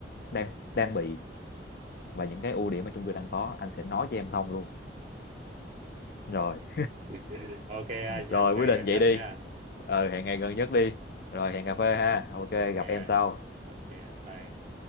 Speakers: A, on the left; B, on the right.
A: đang đang bị và những cái ưu điểm mà chung cư đang có anh sẽ nói cho em thông luôn rồi
B: <laughs> ok anh hẹn
A: rồi
B: một ngày
A: quyết định
B: gần
A: vậy
B: nhất
A: đi
B: nha
A: ờ hẹn ngày gần nhất đi rồi hẹn cà phê ha ok gặp
B: ok
A: em
B: anh
A: sau
B: ok anh bye